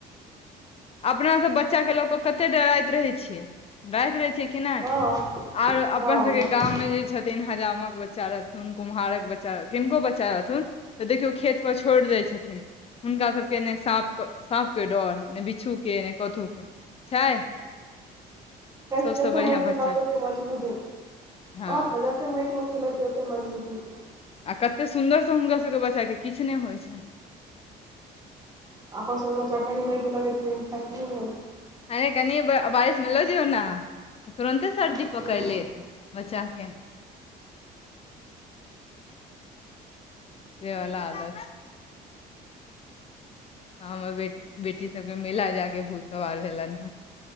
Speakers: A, on the left (about 35°); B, on the right (about 20°).
A: अपना सब बच्चाके लऽ कऽ कते डराइत रहै छियै राइत रहै छियै की नहि
B: हँ
A: आर
B: हँ
A: अपन सबके
B: ई बात
A: गाँम
B: तऽ छै
A: मे जे छथि तीन हजामक बच्चा रहथुन कुम्हारक बच्चा किनको बच्चा रहथुन तऽ देखियौ खेतपर छोड़ि दैत छथिन हुनका सबके ने साप सापके डर ने बिछूके ने कथहु के छै
B: कहि
A: सबसँ
B: जते
A: बढ़िआँ
B: मइट
A: बच्चा
B: लगतै ओते मजबुत भी होततै
A: हँ
B: बहुत मजा मइट म खेलत रहेते मजबूत हेतै
A: आ कतेक सुन्दरसँ हुनकासभके बच्चाके किछु नहि होइ छनि
B: अपन सब के बच्चा कनी मइटो लगैत फ
A: आऐ कनि बारिशमे लऽ जइयो ने तुरन्ते सर्दी
B: फैक्ट्रीमे
A: पकड़ि लेत बच्चाके बेऔलाद अय ह हमर बे बेटी सबके मेला जाक भूत सवार भेलनि हें